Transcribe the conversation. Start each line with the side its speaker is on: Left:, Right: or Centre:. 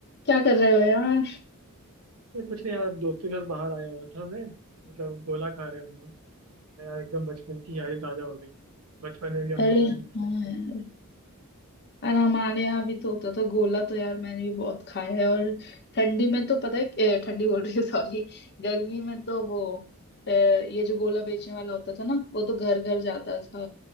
Left: क्या कर रहे हो यार
Right: ये कुछ नहीं यार दोस्तों के साथ बाहर आया हुआ था मैं मतलब गोला खा रहे हम लोग तो यार एकदम बचपन की यादें ताजा हो गई बचपन में भी हम
Left: अरे
Right: लोग सारे
Left: हाँ
Right: friends-
Left: यार और हमारे यहाँ भी तो होता था गोला तो यार मैंने भी बहुत खाया है और ठंडी में तो पता है ए, ठंडी बोल रही हूँ <laughs> सॉरी गर्मी में तो वो ए, ये जो गोला बेचने वाला होता था ना वो तो घर घर जाता था